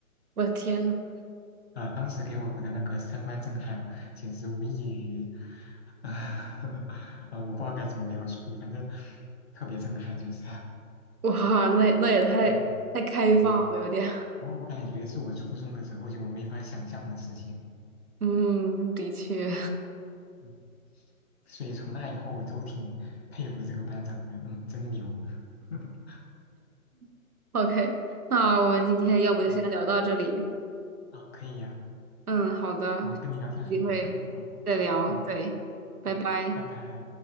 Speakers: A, on the right; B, on the left.
A: 我的天呐，
B: 啊、当时给我的那个三观震撼，简直无异于，<laughs> 啊、呃我不知道该怎么描述，反正特别震撼，就是，<laughs>
A: 哇，那那也太太开放了，
B: 嗯，对，
A: 有点，
B: 我我感觉是我初中的时候就没法想象的事情，
A: <laughs> 嗯，的确
B: 嗯所以从那以后我都挺佩服这个班长的，嗯，真牛，<laughs>
A: <laughs>，OK，那我们今天要不就先聊到这里。
B: 嗯，啊，可以呀、
A: 嗯，好的，
B: 啊，跟你聊天很愉快，
A: 有机会再聊，
B: 好，嗯，
A: 对，拜拜。
B: 好，拜拜。